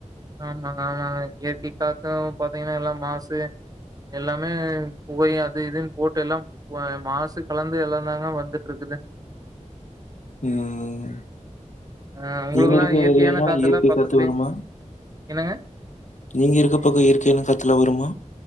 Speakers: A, on the right; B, on the left.
A: ஆமாங்க ஆமாங்க இயற்கை காத்தும் பாத்தீங்கன்னா எல்லாம் மாசு எல்லாமே புகை அது இதுன்னு போட்டு எல்லாம் மாசு கலந்து எல்லாம் தாங்க வந்துட்டு இருக்குது
B: ம்
A: அ உங்ளுக்கல்லா
B: நீங்க இருக்க
A: இயற்கையான
B: ஏரியால்லா
A: காத்த
B: இயற்கை
A: எல்லாம் பக்கத்துலயு
B: காத்து வருமா
A: என்னங்க
B: நீங்க இருக்க பக்க இயற்கையான காத்துலா வருமா